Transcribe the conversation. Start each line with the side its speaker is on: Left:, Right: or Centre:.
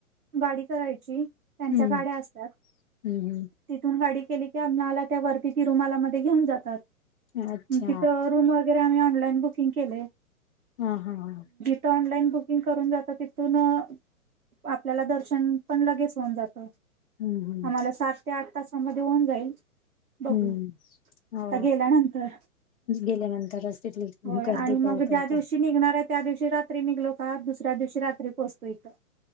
Right: गाडी करायची. त्यांच्या
Left: हम्म
Right: गाड्या असतात.
Left: हम्म
Right: तिथून गाडी केली की आला त्या वरती ती रुमालामध्ये घेऊन जातात.
Left: हम्म अच्छा
Right: तिथ रम तर आम्ही ऑनलाईन बुकिंग केलंय.
Left: हा हा ह..
Right: तीऑनलाईन बुक करून जात तिथून आपल्याला दर्शन पण लगेच होऊन जात.
Left: हम्म हम्म
Right: आम्हाला सात ते आठ तासामध्ये होऊन जाईल. बघू
Left: हम्म
Right: आता
Left: हो
Right: गेल्यानंतर.
Left: गेल्यानंतरच. तिथली
Right: होय
Left: गर्दी
Right: आणि मग
Left: कळते
Right: ज्या
Left: आता
Right: दिवशी निघणार आहे त्या दिवशी रात्री निघलो दुसऱ्या दिवशी रात्री पोचलो.